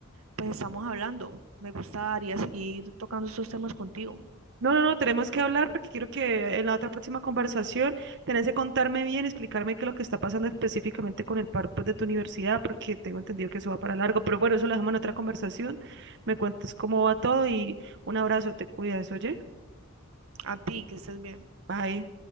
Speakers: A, on the right; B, on the right.
A: pues estamos hablando. Me gustaría seguir tocando estos temas contigo.
B: No, no, no, tenemos que hablar porque quiero que en la otra próxima conversación tenés que contarme bien, explicarme qué es lo que está pasando específicamente con el par pues, de tu universidad, porque tengo entendido que eso va para largo, pero bueno, eso lo dejamos en otra conversación. Me cuentas cómo va todo y un abrazo, te cuidas, oye.
A: A ti, que estés bien.
B: Bye.